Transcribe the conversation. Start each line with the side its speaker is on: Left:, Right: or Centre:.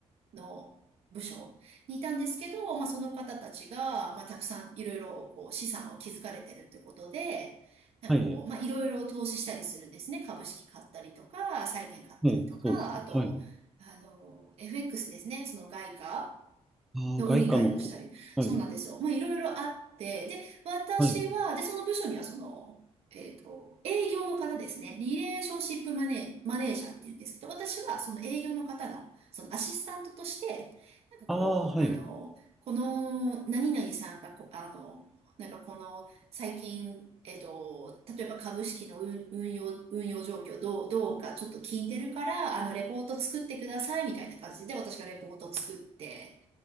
Right: の部署にいたんですけど、まあ、その方たちが、まあ、たくさんいろいろこう資産を築かれてるってことで、なんかこう、
Centre: はい、
Right: まあ、いろいろ投資したりするんですね。株式買ったりとか、債券買ったりとか、
Centre: はい、そうですね。
Right: あと、
Centre: はい。
Right: あの、FX ですね。その外貨
Centre: ああ、
Right: の売り買いをしたり。
Centre: 外貨の方。はい、
Right: そうなんですよ。まあ、いろいろあって、で、私は、
Centre: はい。
Right: で、その部署には、その、えっと、営業の方ですね。リレーションシップマネー、マネージャーっていうんですけど、私はその営業の方の、そのアシスタントとして、なんかこう、
Centre: ああ、はい、
Right: あの、この、何々さんがこあの、なんかこの、最近、えっと、例えば株式の運運用、運用状況どう、どうかちょっと聞いてるから、あの、レポート作ってくださいみたいな感じで私がレポートを作って、